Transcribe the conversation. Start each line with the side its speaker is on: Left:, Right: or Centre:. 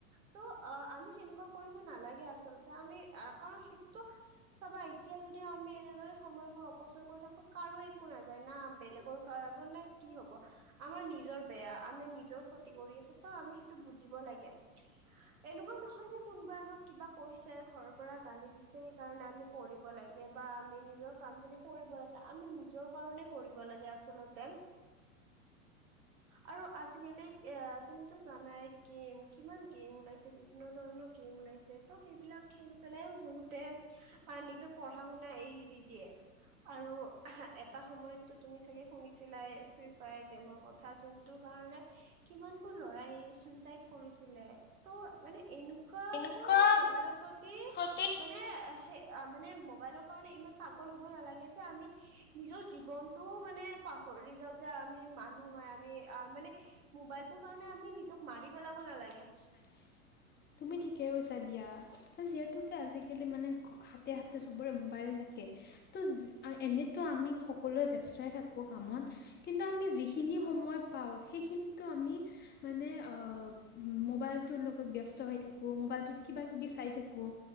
Right: ত অ আমি সেনেকুৱা কৰিব নালাগে আচলতে আমি কাৰণ সেইটো চাবা এতিয়া যদি আমি এনেদৰে সময়বোৰ অপচয় কৰি থাকো কাৰো একো নাযায় না বেলেগৰ যাব না কি হব, আমাৰ নিজৰ বেয়া আমি নিজৰ ক্ষতি কৰি। ত আমি সেইটো বুজিব লাগে। এনেকুৱা নহয় যে কোনোবাই আমাক কিবা কৈছে ঘৰৰ পৰা গালি দিছে সেই কাৰণে আমি পঢ় লাগিব। বা আমি নিজৰ কাম খিনি কৰিব লাগে আমি নিজৰ কাৰণে কৰিব লাগে আচলতে, আৰু আজিকালি এ তুমিতো জানাই গেম কিমান গেম ওলাইছে বিভিন্ন ধৰণৰ গেম ওলাইছে ত' সেইবিলাক খেলি পেলাইও বহুতে, নিজৰ পঢ়া শুনা এৰি দি দিয়ে। আৰু এটা সময়তো তুমি চাগে শুনিছিলা ফ্ৰী ফায়াৰ গেমৰ কথা, যোনটো কাৰণে কিমান লৰাই চুইচাইড কৰিছিলে ত মানে এনো এনেকাকৈ
Left: এনেকুৱা
Right: মোবাইলৰ প্ৰতি
Left: প্ৰতি
Right: মানে হে মানে মোবাইলৰ কাৰণে ইমান পাগল হ'ব নালাগে যে আমি নিজৰ জীৱনটোও মানে পাহৰি যাওঁ যে আমি মানুহ হয় আমি আ মানে মোবাইলটো সেইটো কাৰণে আমি নিজক মাৰি পেলাব নালাগে।
Left: <unintelligible> তুমি ঠিকে কৈছা দিয়া, যিহেতুকে আজিকালি মানে হাতে হাতে চবৰে মোবাইল থাক কে ত এনেতো আমি স সকলোৱে ব্যস্তই থাকো কামত, কিন্তু আমি যিখিনি সময় পাওঁ সেইখিনিতো আমি মানে অ মোবাইলটোৰ লগত ব স্ত হৈ থাকোঁ, মোবাইলটোত কিবা কিবি চাই থাকোঁ,